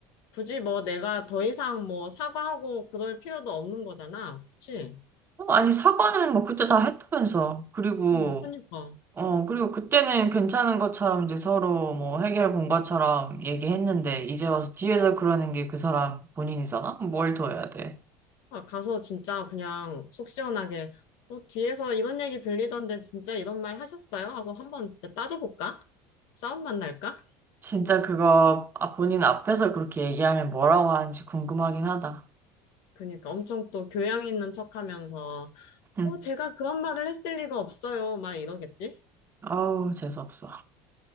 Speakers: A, on the left; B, on the right.
A: 굳이 뭐 내가 더 이상 뭐 사과하고 그럴 필요도 없는 거잖아. 그치?
B: 어, 아니, 사과는 뭐 그때 다 했다면서. 그리고,
A: 음, 그니까.
B: 어, 그리고 그때는 괜찮은 것처럼 이제 서로 뭐 해결 본 것처럼 얘기했는데, 이제 와서 뒤에서 그러는 게 그 사람 본인이잖아? 뭘 더 해야 돼?
A: 아, 가서 진짜 그냥 속 시원하게 어, 뒤에서 이런 얘기 들리던데 진짜 이런 말 하셨어요? 하고 한번 진짜 따져볼까? 싸움만 날까?
B: 진짜 그거, 아, 본인 앞에서 그렇게 얘기하면 뭐라고 하는지 궁금하긴 하다.
A: 그니까 엄청 또 교양 있는 척하면서
B: 응.
A: 어 제가 그런 말을 했을 리가 없어요 막 이러겠지?
B: 아우, 재수없어.